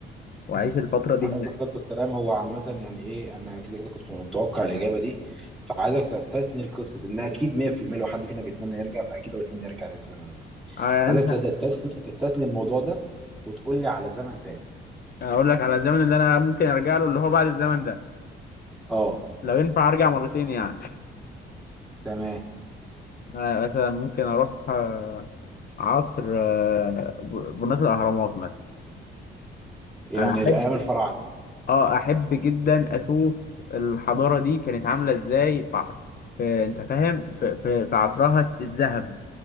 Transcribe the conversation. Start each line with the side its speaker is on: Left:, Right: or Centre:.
Left: واعيش الفتره دي
Centre: عليه
Left: هناك
Centre: الصلاة والسلام هو عامة يعني ايه انا كده كده كنت متوقع الإجابة دي فعايزك تستثني القصة دي ان اكيد 100% لو حد فينا بيتمنى يرجع فاكيد هو بيتمنى يرجع للزمن ده
Left: آه، يعني
Centre: عايزك تستثني تستثني الموضوع ده وتقول لي على زمن تاني
Left: اقول لك على الزمن اللي انا ممكن ارجع له اللي هو بعد الزمن ده
Centre: اه
Left: لو ينفع ارجع مرتين يعني
Centre: تمام
Left: أنا مثلا ممكن اروح آه، عصر آه، ب- بناة الاهرامات مثلا
Centre: يعني
Left: انا احب
Centre: الأيام الفراعنة
Left: اه احب جدا اشوف الحضاره دي كانت عامله ازاي في ع- في- انت فاهم في, في, في عصرها الذهبي